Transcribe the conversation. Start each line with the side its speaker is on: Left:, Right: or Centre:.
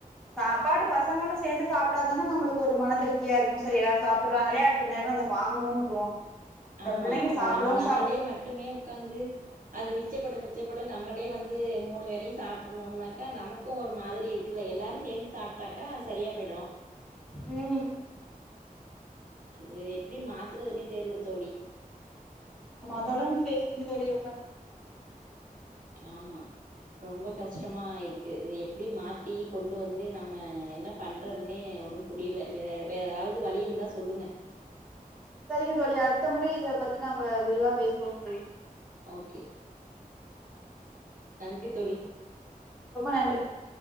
Centre: சாப்பாடு பசங்களு சேர்ந்து சாப்ட்டாதானா நமளுக்கு ஒரு மன திருப்தியா இருக்கு சரி எல்லாரு சாப் சாப்டுறாங்களே அடுத்த நேரோ அத வாங்கணுனு தோணு இந்த
Right: ஆமா
Centre: பிள்ளைங்க சாப்பிடவு
Right: நம்ம நம்மளே மட்டுமே உக்காந்து அது மிச்சப்பட மிச்சப்பட நம்மளே வந்து மூனு வேலையு சாப்புட்ணுனாக்க நமக்கு ஒரு மாதிரி இருக்குல்ல எல்லாரு சேந்து சாப்ட்டாக்கா சரியா போய்டு
Centre: ம்
Right: இத இத எப்டி மாத்றதுன்னே தெர்ல தோழி
Centre: ஆமா தொடர்ந்து பேசுவோம் தோழி ரொம்ப நன்றி
Right: ஆமா ரொம்ப கஷ்டமா இருக்கு இது எப்டி மாத் தி கொண்டு வந்து நம்ம என்ன பண்றது னே ஒன்னும் புரியல வே வேற ஏதாது வழி இருந்தா சொல்லுங்க
Centre: சரிங்க தோழி அடுத்த முறை இத பத்தி நாம்ப விரிவா பேசுவோம் தோழி
Right: ஓகே நன்றி தோழி
Centre: ரொம்ப நன்றி தோழி